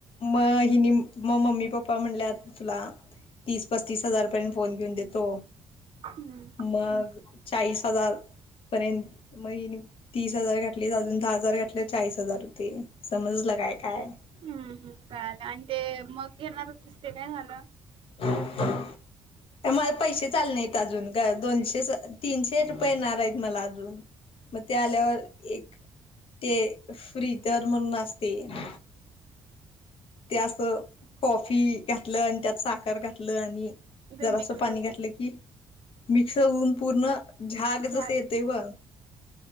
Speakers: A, on the left; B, on the right.
A: म हिनी मग मम्मी पप्पा म्हणल्यात तुला तीस पस्तीस हजार पर्यंत फोन घेऊन देतो
B: हम्म,
A: मग चाळीस हजार पर्यंत मी हेणी तीस हजार घातली अजून दहा हजार घातले चाळीस हजार होते समजलं काय काय
B: हम्म हम कळालं आणि ते मग घेणार होतीस ते काय झालं
A: <unintelligible> मला पैसेच आलं नाहीत अजून ग दोनशे तीनशे रुपये येणार आहेत मला अजून मग ते आल्यावर एक ते फ्रीदर म्हणून असतयं ते असं कॉफी घातलं आणि त्यात साखर घातलं आणि
B: ते
A: जरासं
B: मिक्स
A: पाणी
B: होते
A: घातलं की मिक्स होऊन पूर्ण झाक जसं
B: झाले
A: येतंय बघं